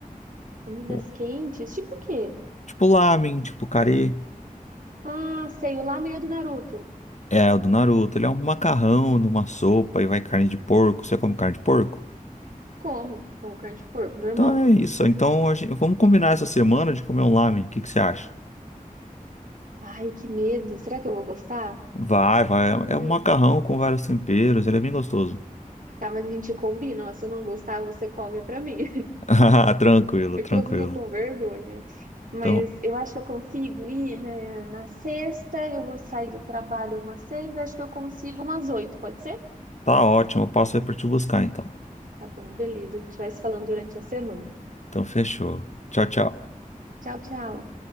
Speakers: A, on the right (about 65°); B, on the left (about 55°).
A: Comidas
B: Tipo
A: quentes, tipo o quê?
B: tipo lamen, tipo carê.
A: Ah, sei, o lamen do Naruto.
B: É, o do Naruto. Ele é um macarrão numa sopa e vai carne de porco. Você come carne de porco?
A: Como? Como carne de porco, normal.
B: Então é isso. Então a gente- vamos combinar essa semana de comer um lamen. O que que você acha?
A: Ai, que medo. Será que eu vou gostar?
B: Vai, vai.
A: Hum.
B: É um macarrão com vários temperos. Ele é bem gostoso.
A: Tá, mas a gente combina. ó, se eu não gostar, você come pra mim.
B: <laughs> Ah, Tranquilo,
A: É
B: tranquilo.
A: que eu fico com vergonha. Mas
B: Então
A: eu acho que eu consigo ir, né, na sexta, eu vou sair do trabalho umas seis, acho que eu consigo umas oito, pode ser?
B: tá ótimo. Eu passo aí pra te buscar então.
A: Tá bom, beleza. A gente vai se falando durante a semana.
B: Então fechou. Tchau, tchau.
A: Tchau, tchau.